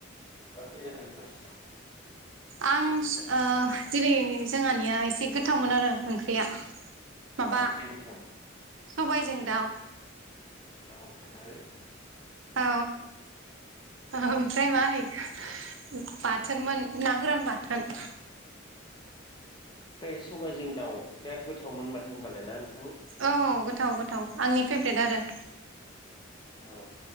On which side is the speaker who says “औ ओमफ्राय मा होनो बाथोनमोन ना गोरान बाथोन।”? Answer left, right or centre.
Right